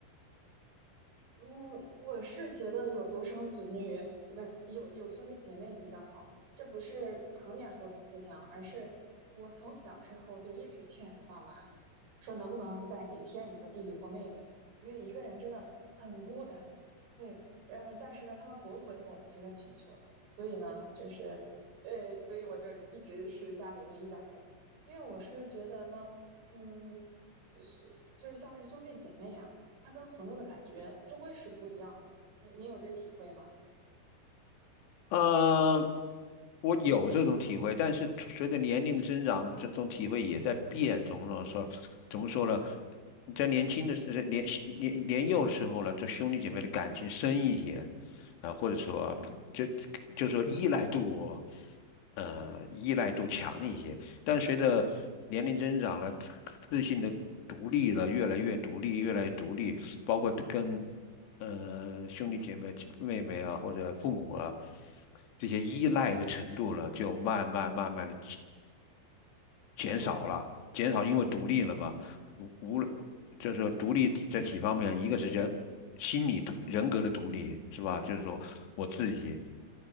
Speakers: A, on the right (about 85°); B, on the left (about 65°).
A: 嗯，我是觉得有独生子女，不是有有兄弟姐妹比较好。这不是成年后的思想，而是我从小时候就一直劝爸妈，说能不能再给添一个弟弟或妹妹，因为一个人真的很孤单。对，然后但是呢，他们驳回了我的这个请求，所以呢，就是呃，所以我就一直是家里唯一的孩子，因为我是觉得呢，嗯，就是就是像是兄弟姐妹啊他跟朋友的感觉终归是不一样的。你你有这体会吗？
B: 呃，我有这种体会，但是随着年龄的增长，这种体会也在变。怎么说？怎么说呢？你在年轻的时呃年年年幼的时候呢，这兄弟姐妹的感情深一些，啊、或者说就
A: 嗯，
B: 就说依赖度，呃，依赖度强一些。但随着年龄增长了，自信的独立了，越来越独立，越来越独立，包括跟呃兄弟姐妹、妹妹啊，或者父母啊，这些依赖的程度呢，就慢慢慢慢的减少了，
A: 减弱了。
B: 减少因为独立了嘛，
A: 嗯
B: 无无论就是说独立在几方面，一个是人心理独人格的独立，
A: 嗯
B: 是吧？就是说我自己